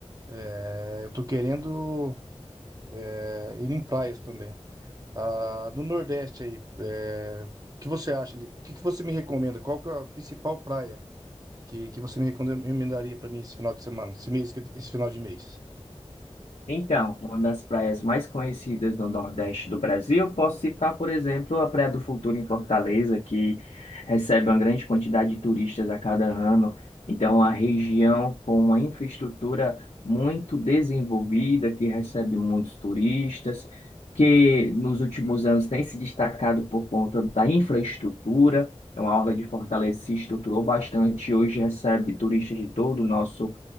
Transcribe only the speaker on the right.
É, eu tô querendo é, ir em praias também. Ah, no Nordeste aí, é, o que você acha ali? O que que você me recomenda? Qual que é a principal praia? que, que você me recomendaria para mim esse final de semana, esse mês, que- esse final de mês?